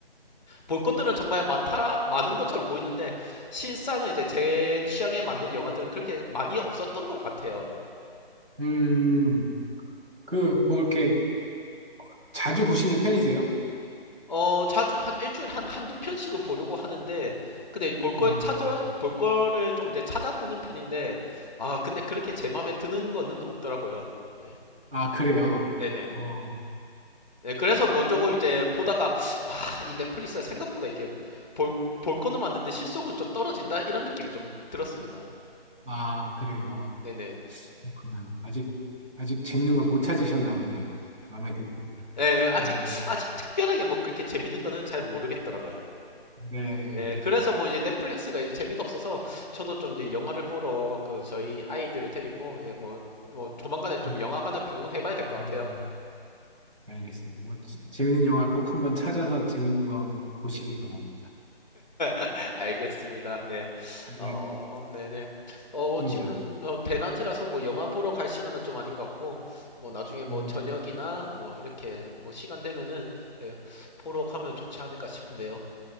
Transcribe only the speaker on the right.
음, 그, 뭐, 이렇게 자주 보시는 편이세요?
아,
아, 그래요.
어,
아, 그래요.
그렇구나. 아직, 아직 재밌는 걸 못 찾으셨나 보네요. 마음에 드세요.
네,
네.
음,
네. 알겠습니다. 뭐, 지- 재밌는 영화 꼭 한번 찾아서 재밌는 거 한번 꼭 보시길 바랍니다.
네,
좋습니다.
음,